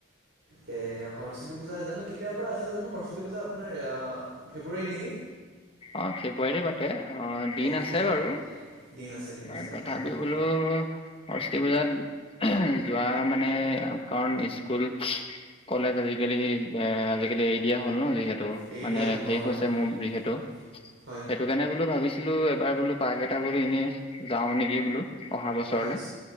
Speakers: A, on the right (about 80°); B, on the left (about 25°).
A: কে সৰস্বতী পূজা জানো কি তেতিয়াৰ পৰা আছিলে জানো সৰস্বতী পূজা আপোনাৰ ফেব্ৰুৱাৰীত নেকি
B: অ ফেব্ৰুৱাৰী পাতে অ দিন
A: অ'কে
B: আছে বাৰু
A: দিন আছে দিন
B: ম
A: আছে তাকেহে
B: তথাপিও বোলো সৰস্বী পূজাত যোৱা মানে কাৰণ স্কুল কলেজ আজিকালি এ আজিকালি এৰি দিয়া হ'ল ন যিহেতু টো
A: এৰি
B: মানে
A: দিয়া হ'ল
B: শেষ
A: অ হয়
B: হৈছে মোৰ যিহেতু
A: <inaudible>
B: সেইটো কাৰণে বোলো ভাবিছিলো এবাৰ বোলো পাৰ্ক এটা বোলো এনেই যাওঁ নেকি বোলো অহা বছৰলে
A: আচ্ছ